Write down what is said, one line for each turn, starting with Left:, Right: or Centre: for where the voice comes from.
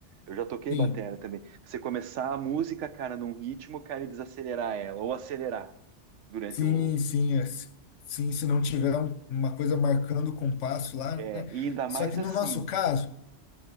Right: Eu já toquei
Left: Sim,
Right: batera também. Você começar a música, cara, num ritmo, cara, e desacelerar ela, ou acelerar durante
Left: sim,
Right: o.
Left: sim, é, s- sim. Se não tiver um- uma coisa marcando o compasso lá,
Right: É,
Left: né?
Right: e ainda
Left: Só
Right: mais
Left: que no
Right: assim.
Left: nosso caso,